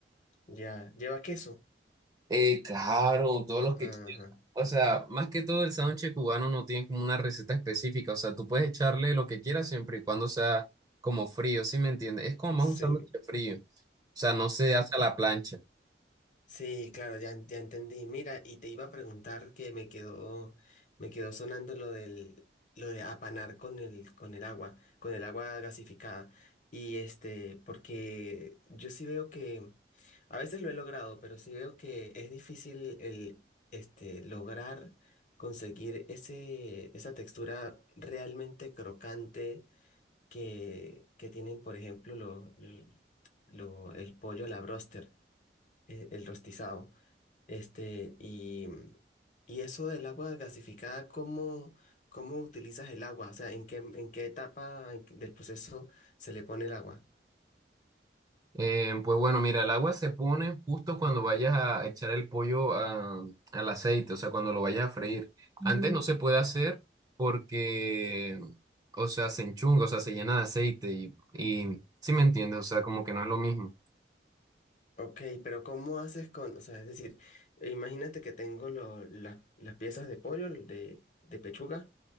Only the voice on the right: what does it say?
Eh, claro, todos los que
quieran. O sea, más que todo el sándwich cubano no tiene como una receta específica. O sea, tú puedes echarle lo que quieras siempre y cuando sea como frío, ¿sí me entiendes? Es como más
un sándwich frío. O sea, no se hace a la plancha.
Eh, pues bueno, mira, el agua se pone justo cuando vayas a echar el pollo a- al aceite, o sea, cuando lo vayas a freír. Antes Ujú. no Ujú. se puede hacer porque, o sea, se enchunga, o sea, se llena de aceite y, y, ¿sí me entiendes? O sea, como que no es lo mismo.